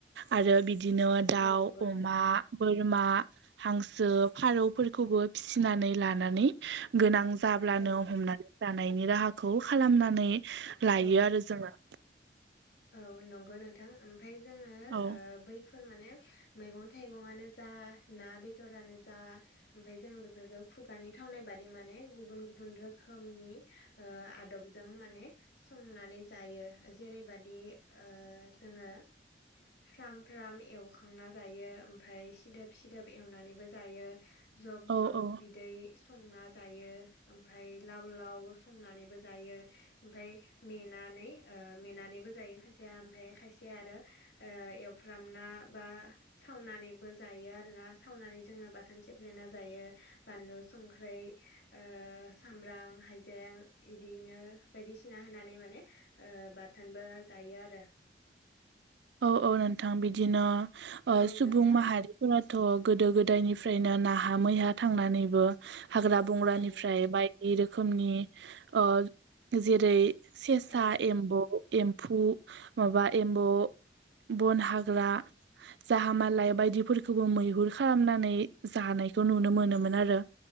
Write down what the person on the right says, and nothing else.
आरो बिदि बिदिनो दाउ
अमा
बोरमा हांसो फारौफोरखौबो फिसिनानै लानानै गोनां जाब्लानो
हमनानै जानायनि राहाखौ खालामनानै लायो
आरो जोङो
औ
औ
औ
औ औ नोंथां बिदिनो ओ
सुबुं
माहारि फोरथ' गोदो गोदायनिफ्रायनो नाहा मैहा थांनानैबो हाग्रा बंग्रानिफ्राय
बायदि रोखोमनि ओ जेरै सेसा
एम्बौ एम्फौ माबा एम्बौ बन हाग्रा जाहा मालाय बायदिफोरखौ खौबो मैहुर खालामनानै जानायखौ नुनो मोनोमोन आरो।